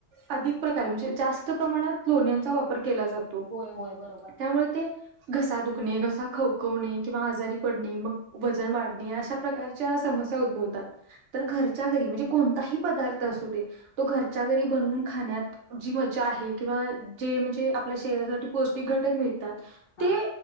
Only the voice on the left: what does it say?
होय होय बर
हां